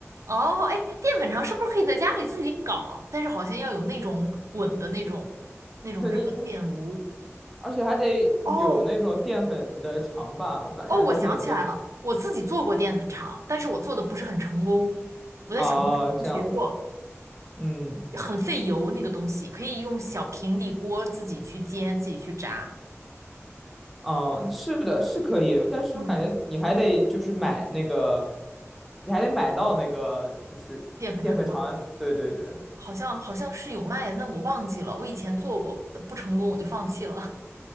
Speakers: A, on the right; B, in the centre.
A: 哦，哎，淀粉肠是不是可以在家里自己搞？但是好像要有那种滚的那种那种热电炉。
B: 对你你，而且还得有那种淀粉的肠吧，
A: 哦
B: 我感觉还挺那个
A: 哦，我想起来了，我自己做过淀粉肠，但是我做的不是很成功。我在小红书上学过，
B: 啊，这样子，嗯
A: 很费油那个东西，可以用小平底锅自己去煎，自己去炸。
B: 嗯，是的，是可以，但是我感觉你还得就是买那个，
A: 嗯，
B: 你还得买到那个就是淀粉肠，
A: 淀粉肠吗？
B: 对对对。
A: 好像好像是有卖的，但我忘记了。我以前做过，不成功我就放弃了。